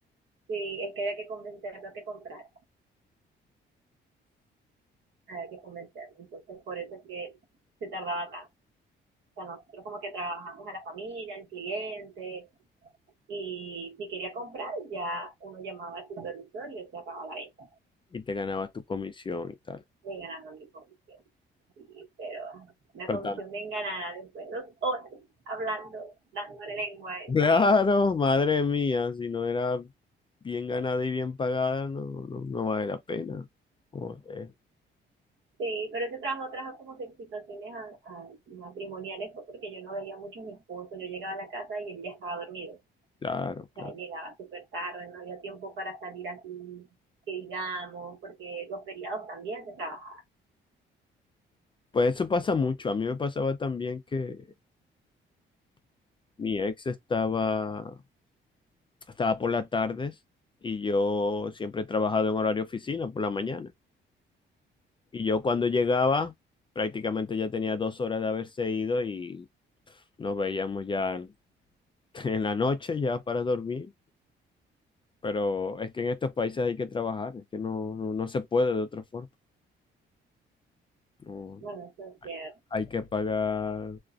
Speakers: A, on the right (about 70°); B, on the left (about 25°).
A: sí, es que había que convencerlo a que comprar, había que convencerlo. Entonces, por eso es que se tardaba tanto. O sea, nosotros como que trabajamos a la familia, al cliente, Y si quería comprar, ya uno llamaba al supervisor y él cerraba la venta.
B: Y te ganabas tu comisión y tal.
A: Me ganaron mi comisión. Sí, pero una
B: Pero
A: comisión
B: tam-
A: bien ganada después de dos horas hablando, dándole lengua a esa
B: Claro,
A: gente.
B: madre mía, si no era bien ganada y bien pagada, no, no, no vale la pena. Joder,
A: Sí, pero ese trabajo trajo como situaciones a- a- matrimoniales fue porque yo no veía mucho a mi esposo. Yo llegaba a la casa y él ya estaba dormido. O
B: claro, claro.
A: sea, llegaba súper tarde, no había tiempo para salir así, que digamos, porque los feriados también se trabajan.
B: Pues eso pasa mucho. A mí me pasaba también que mi ex estaba, estaba por las tardes y yo siempre he trabajado en horario oficina por la mañana. Y yo cuando llegaba, prácticamente ya tenía dos horas de haberse ido y nos veíamos ya en, <laughs> en la noche, ya para dormir. Pero es que en estos países hay que trabajar, es que no, no, no se puede de otra forma. No,
A: bueno, eso es ser
B: hay que pagar